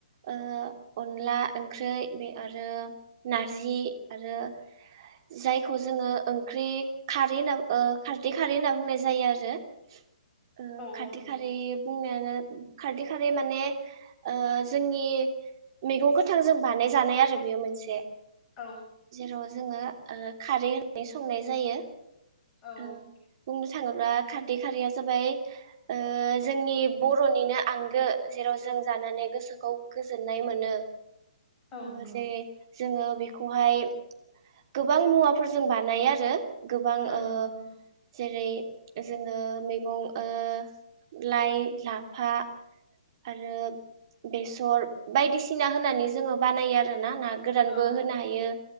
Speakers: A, on the right (about 40°); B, on the left (about 25°).
A: ओ अनला ओंख्रै बे आरो नारजि आरो जायखौ जोङो ओंख्रि खारै होनना ओ खारदै खारै होनना बुंनाय जा जायो आरो ओ
B: औ
A: खाथि
B: औ नंगौ
A: खारै बुंनो खारदै खारै माने ओ जोंनि मैगं गोथां जों बानाय जानाय आरो बेयो मोनसे
B: औ
A: जेराव जोङो ओ खारै होननानै संनाय जायो।
B: औ
A: ओ
B: औ
A: बुंनो थाङोब्ला खारदै खारैया जाबाय ओ जोंनि बर'निनो आंगो जेराव जों जानानै गोसोखौ गोजोननाय मोनो।
B: औ
A: जोङो
B: नंगौ
A: जे जोङो बेखौहाय गोबां मुवाफोरजों बानायो आरो गोबां
B: औ
A: ओ
B: नंगौ
A: जेरै जोङो मैगं ओ लाइ लाफा आरो बेसर बायदिसिना होनानै जोङो बानायो आरो ना ना गोरानबो
B: औ
A: होनो हायो